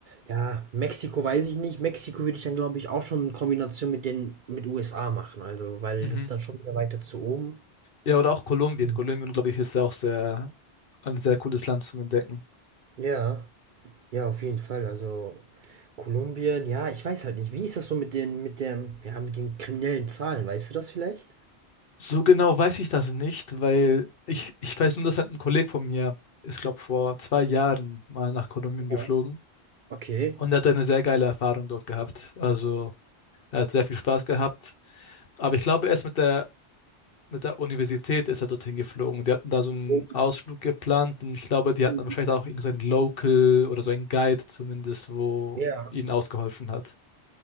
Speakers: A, on the right (about 60°); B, on the left (about 60°).
A: ja, Mexiko weiß ich nicht. Mexiko würde ich dann, glaube ich, auch schon in Kombination mit den, mit USA machen. Also, weil
B: Mhm.
A: das ist dann schon wieder weiter zu oben.
B: Ja, oder auch Kolumbien.
A: Mhm.
B: Kolumbien, glaube ich, ist ja auch sehr, ein sehr cooles Land zum Entdecken.
A: Ja, ja, auf jeden Fall. Also Kolumbien, ja, ich weiß halt nicht. Wie ist das so mit den, mit der, ja, mit den kriminellen Zahlen? Weißt du das vielleicht?
B: So genau weiß ich das nicht, weil ich, ich weiß nur, dass halt ein Kollege von mir ist, glaube vor zwei Jahren mal nach Kolumbien
A: Ja.
B: geflogen
A: Okay.
B: und er hat eine sehr geile Erfahrung dort gehabt. Also er hat sehr viel Spaß gehabt. Aber ich glaube, er ist mit der mit der Universität ist er dorthin geflogen. Die hatten da so einen
A: Oh.
B: Ausflug geplant und ich glaube, die
A: Mhm.
B: hatten dann wahrscheinlich auch irgend so einen Local oder so einen Guide zumindest, wo
A: Ja.
B: ihnen ausgeholfen hat.